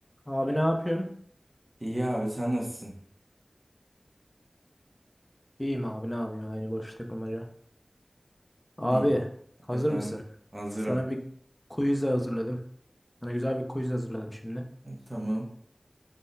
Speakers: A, on the left; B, on the right.
A: Abi ne yapıyorsun?
B: İyi abi sen nasılsın?
A: İyiyim abi ne yapayım aynı boş takılmaca. Abi
B: İyi.
A: hazır
B: Efendim
A: mısın?
B: hazırım.
A: Sana bir quiz hazırladım. Sana güzel bir quiz hazırladım şimdi.
B: Tamam.